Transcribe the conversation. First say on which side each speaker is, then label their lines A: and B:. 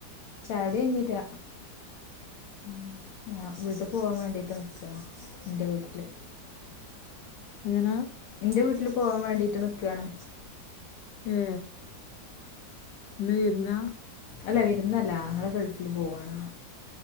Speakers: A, on the left (about 65°); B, on the left (about 80°).
A: ചായടി കഴിഞ്ഞീല്ല ഉം ഞാൻ വീട്ട് പോവാൻ വേണ്ടിട്ട് നിക്കാണ് ഇന്റെ വീട്ടില്
B: എങ്ങനാ
A: ഇന്റെ വീട്ടില് പോവാൻ വേണ്ടീട്ട് നിക്കാണ്
B: ഏ ഇന്ന് വിരുന്നാ
A: അല്ല വിരുന്നല്ല ആങ്ങള ഗൾഫിൽ പോവാണ് ന്ന്